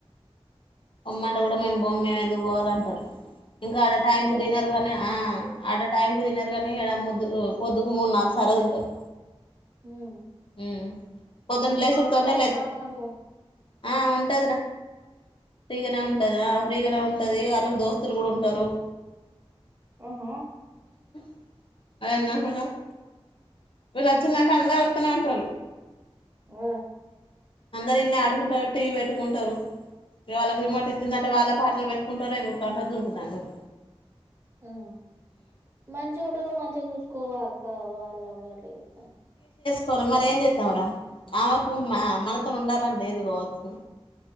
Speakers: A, on the left (about 55°); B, on the right (about 25°).
A: పొమ్మంటే కూడా మేము పోమ్ మేము ఎందుకు పోవాలంటారు ఇంకా ఆడ టైం
B: ఇంతేనా
A: కు తినరు గాని ఆ ఆడ టైం కు తినరు కానీ ఈడ ముద్దు పొద్దుకు మూడు నాలుగు సారే తింటారు
B: ఉమ్
A: ఊ పొద్దున
B: కొంచెం
A: లేేసుర్తేనే
B: ఆడుకోవడానికి
A: లే
B: స్థలం మంచిగా
A: ఆ అంటాదిరా పీ గనే ఉంటదా ఫ్రీగానే ఉంటది వాళ్ళకి దోస్తులు కూడా ఉంటారు
B: ఆహా
A: <unintelligible> ఈడొచ్చిందంటే అందరూ వొత్తనే ఉంటరు
B: ఓ
A: అందరు ఈడనే ఆడుకుంటారు టీ వీ పెట్టుకుంటారు వాళ్ళకి రిమోట్ ఇచ్చిందంటే వాళ్ళే పాటలు పెట్టుకుంటారు ఎగురుతాంటారు దూకుతాంటారు
B: ఆ మంచోడని మంచిగా చూస్ కోవా కో వాళ్ళదే అట్ల ఏత్తానే
A: కోని మరేం జేత్తావురా ఆమెకు మా మనతోనే ఉండాలని లేదు కావచ్చు